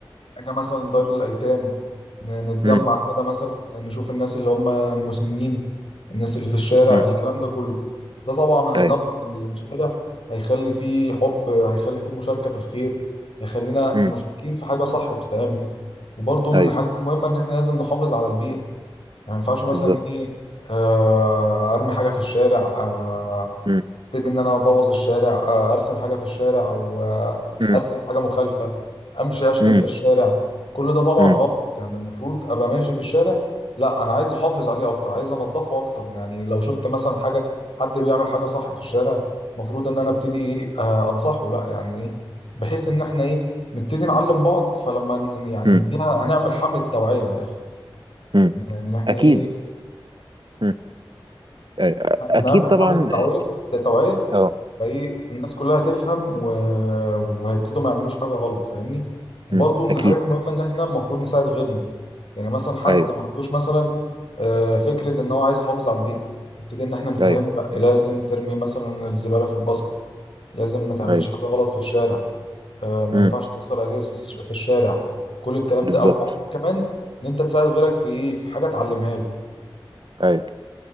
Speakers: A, on the left (about 90°); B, on the right (about 60°).
A: حاجة مثلا دار الأيتام ن- نتجمع
B: مم.
A: كده مثلا نشوف الناس اللي هم المسنين الناس اللي في الشارع
B: مم.
A: الكلام ده كله ده طبعا هينظف
B: ايوه
A: الشارع هيخلي فيه حب هيخلي فيه مشاركة في الخير هيخلينا
B: مم.
A: مشاركين في حاجة صح بتتعمل وبرضه من
B: ايوه
A: الحاجات المهمة إن إحنا لازم نحافظ على البيئة يعني ما ينفعش مثلا
B: بالظبط
A: إيه آه، أرمي حاجة في الشارع آه،
B: مم.
A: ابتدي ان انا ابوظ الشارع آه، ارسم حاجه في الشارع او آه،
B: مم.
A: ارسم حاجه مخالفه امشي اشتم
B: مم.
A: في الشارع كل ده طبعا
B: مم.
A: غلط يعني المفروض ابقى ماشي في الشارع لا انا عايز احافظ عليه اكتر عايز انضفه اكتر يعني لو شفت مثلا حاجه حد بيعمل حاجه صح في الشارع المفروض ان انا ابتدي ايه آه، انصحه لا يعني ايه بحيث ان احنا ايه نبتدي نعلم بعض فلما ن- يعني
B: مم.
A: نديها هنعمل حمله توعيه من الاخر
B: مم.
A: ان إن احنا
B: اكيد
A: ايه
B: مم. أيوة. اكيد
A: هنعمل
B: طبعا
A: حمله توعيه توعيه
B: اه
A: فايه الناس كلها هتفهم و... وهيبتدوا ما يعملوش حاجه غلط فاهمني وبرضه
B: مم.
A: من
B: اكيد
A: الحاجات المهمه ان احنا المفروض نساعد غيرنا يعني مثلا حد
B: ايوه
A: ما عندوش مثلا آه، فكره ان هو عايز يحافظ على البيئه نبتدي ان احنا نفهمه
B: ايوه
A: لا لازم ترمي مثلا الزباله في الباسكت لازم ما تعملش
B: ايوه
A: حاجه غلط في الشارع آه، ما
B: مم.
A: ينفعش تكسر ازايز في الش- في الشارع كل الكلام
B: بالظبط
A: ده او ممكن كمان ان انت تساعد غيرك في ايه في حاجه تعلمها له
B: ايوه